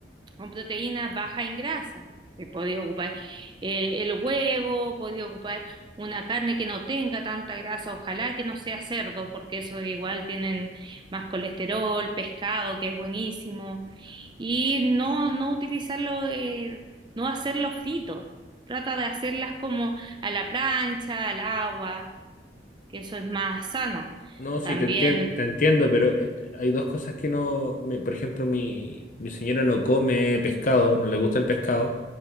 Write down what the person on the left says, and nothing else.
No, sí,
te entien- te entiendo, pero eh, hay dos cosas que no. me- por ejemplo, mi, mi señora no come pescado, no le gusta el pescado,